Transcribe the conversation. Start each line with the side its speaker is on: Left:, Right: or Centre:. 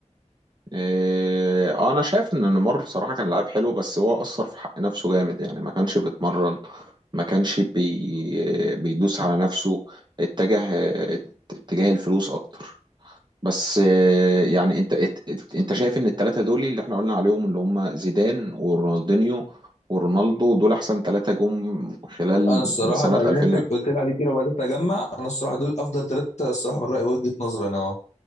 Right: آه انا شايف ان نيمار صراحه كان لاعب حلو بس هو اثر في حق نفسه جامد يعني ما كانش بيتمرن ما كانش بي بيدوس على نفسه اتجه اتجاه الفلوس اكتر بس آه، يعني انت ات- انت شايف ان الثلاثه دول اللي احنا قلنا عليهم اللي هم زيدان ورونالدينيو ورونالدو دول احسن ثلاثه جم خلال
Left: انا الصراحه
Right: من سنه
Left: بعد
Right: 2000
Left: اللي انت قلت لي عليه كده وبدات اجمع انا الصراحه دول افضل ثلاثه الصراحه من رايي وجهه نظري انا اهو